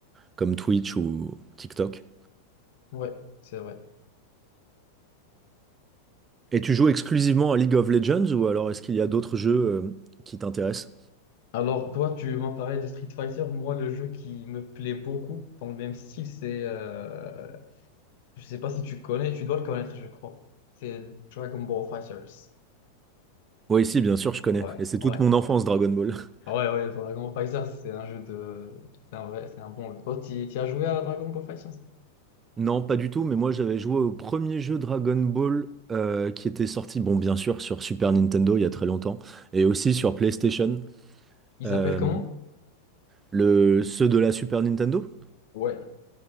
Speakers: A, on the right; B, on the left.
A: comme Twitch ou TikTok.
B: ouais, c'est vrai.
A: Et tu joues exclusivement à League of Legends ou alors est-ce qu'il y a d'autres jeux euh, qui t'intéressent?
B: Alors toi, tu m'as parlé de Street Fighter. Moi, le jeu qui me plaît beaucoup dans le même style, c'est... euh, Je sais pas si tu connais, tu dois le connaître, je crois. C'est Dragon Ball Fighters.
A: Oui, si, bien sûr, je connais.
B: Ouais,
A: Et c'est
B: ouais.
A: toute mon enfance, Dragon Ball. <laughs>
B: Ouais, ouais, Dragon Ball Fighters, c'est un jeu de... C'est un vrai, c'est un bon jeu. Toi, tu as joué à Dragon Ball Fighters?
A: Non, pas du tout, mais moi j'avais joué au premier jeu Dragon Ball euh, qui était sorti, bon, bien sûr, sur Super Nintendo il y a très longtemps, et aussi sur PlayStation.
B: Il
A: Euh,
B: s'appelle comment?
A: Le, ceux de la Super Nintendo?
B: Ouais.